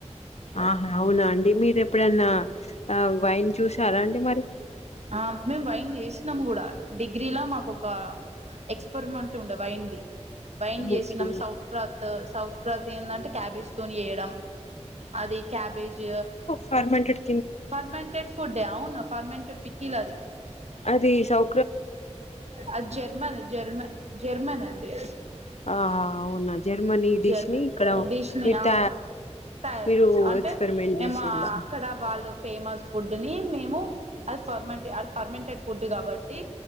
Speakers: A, on the left; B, on the right.
A: ఆ అవునా అండి మీరు ఎప్పుడైన్నా ఆ వన్ చూసారా అండి మరి
B: ఆ మేము వైన్ చేసినాము కూడా డిగ్రీలా మాకు ఒక ఎక్ పెరిమెంట్ ఉండే వైన్ ది వైన్ చేసినం
A: ఓకే
B: సౌత్ క సౌత్ క్రాత్ ఏంటంటే క్యాబేజ్ తోని వేయడం అది క్యాబేజ్
A: ఫార్మంటడ్
B: ఫర్మెంటెడ్ ఫుడ్డే అవును ఫర్మెంటెడ్ పికిల్ అది
A: అది సౌ
B: అది జర్మన్ జర్మన్ జర్మన్ అండి అది
A: ఆ అవునా జర్మనీ డిష్
B: జర్మన్
A: ని ఇక్కడ
B: డిష్ నే
A: మీరు
B: అవును
A: త
B: తయారు
A: మీరు
B: చేసా అంటే
A: ఎక్స్పెరిమెంట్ చేసిలా
B: ఏ మా అక్కడ వాళ్ళు ఫేమస్ ఫుడ్ ని మేము అది ఫెర్మెంటి అది ఫర్మెంటె ఫుడ్ కాబట్టి